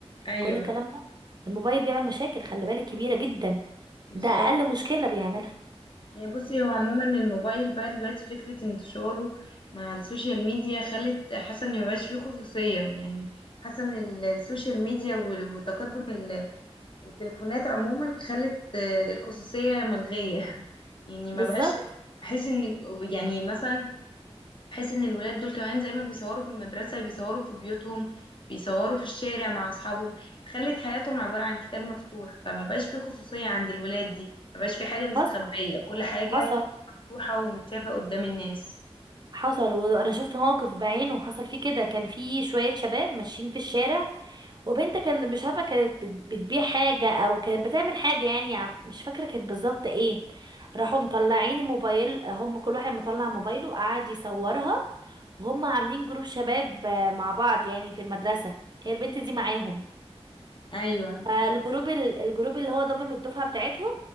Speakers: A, on the left; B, on the right.
A: أيوة
B: كل الكلام ده الموبايل بيعمل مشاكل خلي بالك كبيرة جدا
A: بالظبط
B: ده اقل مشكلة بيعملها
A: يعني بصي هو عموما الموبايل بقى دلوقتي فكرة انتشاره مع السوشيال ميديا خلت حاسة إن مبقاش فيه خصوصية يعني حاسة إن ال- السوشيال ميديا و- وتقدم ال- التليفونات عموما خلت آه، الخصوصية ملغية <laughs> يعني
B: بالظبط
A: ما بقاش احس ان يعني مثلا احس ان الولاد دول كمان زي ما بيصوروا في المدرسة بيصوروا في بيوتهم بيصوروا في الشارع مع اصحابهم خلت حياتهم عبارة عن كتاب مفتوح فما بقاش في خصوصية عند الولاد دي ما بقاش في حاجة مستخبية
B: حصل
A: كل حاجة
B: حصل
A: مفتوحة ومتشافة قدام الناس
B: حصل وانا شفت موقف بعينه وحصل فيه كده كان في شوية شباب ماشيين في الشارع وبنت كان مش عارفة كانت بت- بتبيع حاجة او كانت بتعمل حاجة يعني ع- مش فاكرة كانت بالظبط ايه راحوا مطلعين الموبايل هم كل واحد مطلع موبايله وقعد يصورها وهم عاملين جروب شباب آه، مع بعض يعني في المدرسة هي البنت دي معاهم
A: ايوه
B: فالجروب ال- الجروب اللي هو ضمم الدفعة بتاعتهم